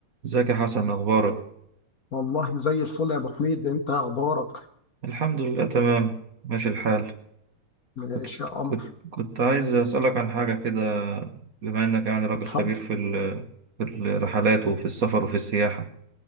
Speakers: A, on the right (about 45°); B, on the left (about 50°).
A: ازيك يا حسن اخبارك
B: والله زي الفل يا ابو حميد انت اخبارك
A: الحمد لله تمام ماشي الحال
B: ماشي
A: كنت
B: يا قمر
A: كنت كنت عايز اسالك عن حاجه كده بما انك يعني راجل
B: اتفضل
A: خبير في ال- في الرحلات وفي السفر وفي السياحه